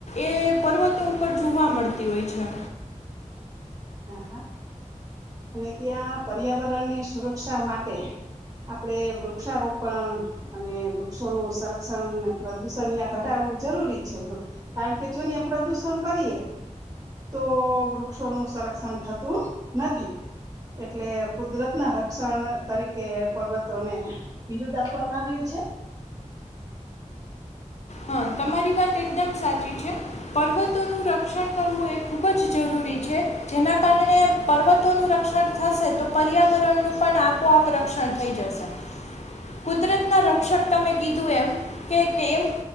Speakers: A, on the left; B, on the right.
A: એ પર્વતો ઉપર જોવા મળતી હોય છે.
B: હા હા અને ત્યાં પર્યાવરણની સુરક્ષા માટે આપડે વૃક્ષારોપણ અને વૃક્ષોનું સંરક્ષણ પ્રદુષણ ત્યાં ઘટાડવું જરૂરી છે કારણ કે જો ત્યાં પ્રદુષણ કરીએ તો વૃક્ષોનું સંરક્ષણ થતું નથી એટલે કુદરત ના રક્ષણ તરીકે પર્વતોને વિરુદ્ધ આપવામાં આવ્યું છે.
A: હા તમારી વાત એકદમ સાચી છે પર્વતોનું રક્ષણ કરવું એ ખૂબ જ જરૂરી છે જેના કારણે પર્વતોનું રક્ષણ થશે તો પર્યાવરણનું પણ આપોઆપ રક્ષણ થઈ જશે કુદરતના રક્ષક તમે કીધું એમ કે એમ